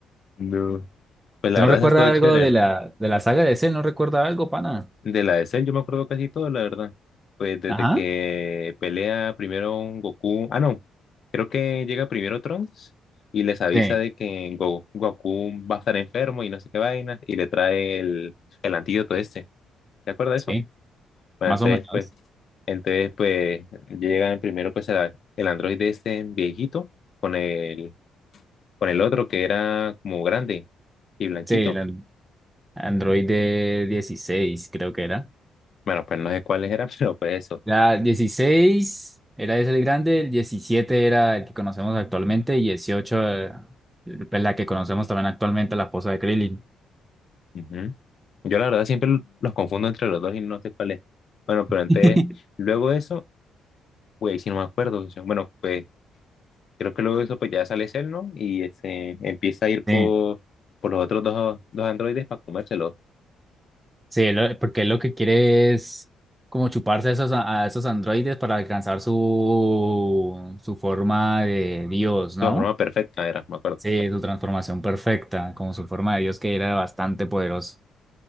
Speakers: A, on the left; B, on the right.
A: No. Pues la
B: ¿tú
A: verdad,
B: no recuerdas
A: eso estuvo chévere.
B: algo de la, de la saga de ese? ¿No recuerda algo, pana?
A: De la de Cell, yo me acuerdo casi todo, la verdad. Pues desde
B: Ajá.
A: que pelea primero un Goku. Ah, no. Creo que llega primero Trunks y les avisa
B: Sí,
A: de que Go- Goku va a estar enfermo y no sé qué vainas Y le trae el, el antídoto este. ¿Te acuerdas de
B: sí,
A: eso? Bueno,
B: más
A: entonces,
B: o menos.
A: pues, entonces, pues, llegan primero pues el, el androide este viejito con el, con el otro que era como grande y blanquito.
B: Sí, el an- Android de 16 creo que era.
A: Bueno, pues no sé cuáles eran, <laughs> pero pues eso.
B: Era 16 era ese el grande, el 17 era el que conocemos actualmente y 18 eh, es la que conocemos también actualmente, la esposa de Krillin.
A: Ujú. Yo la verdad siempre l- los confundo entre los dos y no sé cuál es. Bueno, pero antes,
B: <laughs>
A: luego de eso, pues si no me acuerdo. o sea, bueno, pues creo que luego de eso pues ya sale Cell, ¿no? Y ese empieza a ir
B: Sí,
A: por, por los otros dos, dos androides para comérselos.
B: sí, él lo- porque él lo que quiere es como chuparse a esos, a esos androides para alcanzar su, su forma de Dios,
A: Su
B: ¿no?
A: forma perfecta era, me acuerdo.
B: Sí, su transformación perfecta, como su forma de Dios que era bastante poderoso.